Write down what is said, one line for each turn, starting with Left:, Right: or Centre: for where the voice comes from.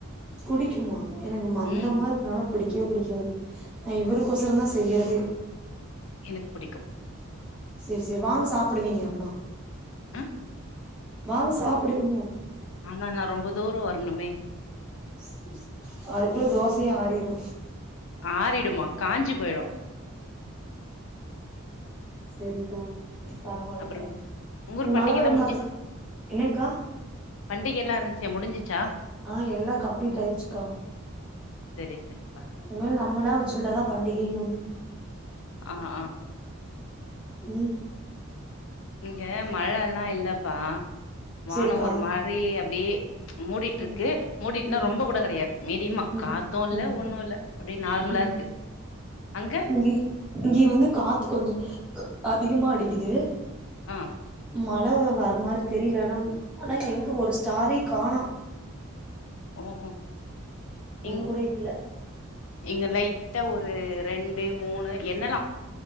Centre: புடிக்குமா எனக்கு மந்தமா
Left: ம்
Centre: இருக்குனால புடிக்கவே புடிக்காது நா இவருக்கொசர தா செய்யறதே
Left: எனக்கு புடிக்கு
Centre: செரி செரி வாங்க சாப்புடுவீங்க அப்பனா
Left: ஆ
Centre: வாங்க சாப்புடுவீங்க
Left: ஆனா நா ரொம்ப தூரோ வரணுமே
Centre: செரி செரி அதுக்குள்ள தோசயே ஆறிரு
Left: ஆறிடுமா காஞ்சிபோய்ரு
Centre: செரிக்கா பரவாலகா
Left: அப்புறம் உங்க ஊர் பண்டிகை
Centre: மழ வர
Left: எல்லா
Centre: மாருக்கு என்னங்க்கா
Left: பண்டிகையெல்லா இருந்துச்சே முடிஞ்சிச்ச
Centre: ஆ எல்லா கம்ப்லீட் ஆயிருச்சுக்கா
Left: சரி சரிப்பா
Centre: இன்னொன்னு நம்மளா வச்சக்கிட்டாதா பண்டிகைன்னு ஒன்னு
Left: ஆ ஆ
Centre: ம்
Left: இங்க மழலா இல்லப்பா வானோ
Centre: செரிக்கா
Left: ஒரு மாரி அப்டியே மூடிட்ருக்கு
Centre: ம்
Left: மூடிட்ன்னா
Centre: ம்
Left: ரொம்ப கூட கெடையாது மீடியமா
Centre: ம்
Left: காத்து இல்ல
Centre: ம்
Left: ஒண்ணு இல்ல அப்டியே நார்மலா
Centre: ம்
Left: இருக்கு அங்க
Centre: இங்கி இங்கயு வந்து காத்து கொஞ்ச அதிகமா அடிக்குது
Left: ஆ
Centre: மழ வர மாரி தெரியல ஆனா ஆனா எங்க ஒரு ஸ்டாரே காணோ
Left: ஓஹோ இங்
Centre: ஒண்ணு கூட இல்ல
Left: இங்க லைட்டா ஒரு ரெண்டு மூணு எண்ணலா